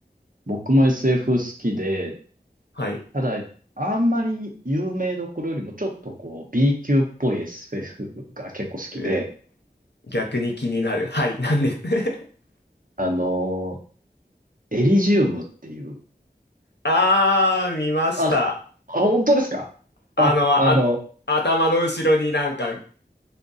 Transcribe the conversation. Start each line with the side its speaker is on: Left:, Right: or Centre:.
Right: 僕も SF 好きで、
Left: はい。
Right: ただ、あんまり有名どころよりもちょっとこう B 級っぽい SF が結構好きで、
Left: えー逆に気になる。はい。なんです。<laughs>
Right: あのーエリジウムっていう、
Left: あー、見ました。
Right: あ、あ、本当ですかあ、
Left: あの、
Right: あの、
Left: あ、頭の後ろになんか、